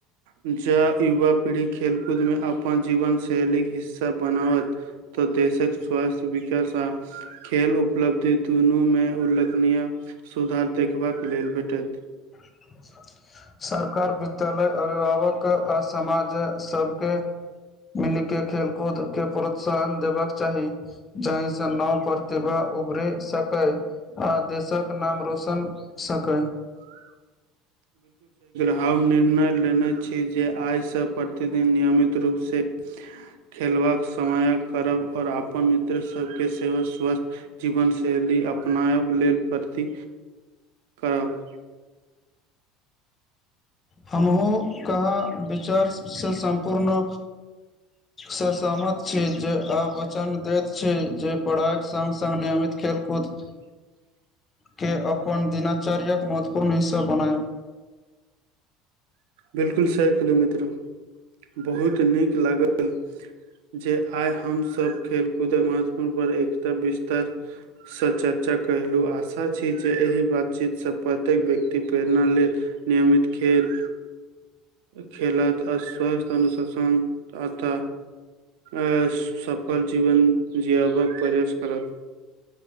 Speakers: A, on the right (about 80°); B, on the left (about 20°).
A: जँ युवा पीढ़ी खेलकूदमे अपन जीवन शैलीक हिस्सा बनाबत त देशक स्वास्थ्य विकास आ खेल उपलब्धि दुनूमे उल्लेखनीय सुधार देखबाक लेल भेटत
B: <inaudible> सरकार विद्यालय अभिभावक आ समाज सबके मिलि के खेलकूद के प्रोत्साहन देबाक चाही जाहिसँ नव प्रतिभा उभरि सकै आ देशक नाम रोशन सकै
A: ह हम निर्णय लेने छी जे आइसँ प्रतिदिन नियमित रूपसँ खेलबाक समय करब आओर अपन मित्र सभके सेव स्वस्थ जीवनशैली अपनायब लेल प्रति करब
B: हमहूँ कहाँ विचारसँ सम्पूर्ण स सहमत छी जे आ वचन दैत छी जे पढ़ाइक संगङ्ग सङ्ग नियमित खेल कत
A: <inaudible>
B: के अपन दिनाचर्य्यक महत्वपूर्ण हिस्सा बनायब
A: बिलकुल सह किलो म त्र बहुत नीक लागल जे आइ हमसभ खेलकूदमे पर एकता विस्तार सँ चर्चा कलहुँ आशा छी जे एहि बातचीतसँ प्रत्येक व्यक्ति प्रेरणा लेल नियमित खेल खेल आ स्वस्थ अनुशासन अथ अ सब फल जीवन जियाबाक प्रयास करत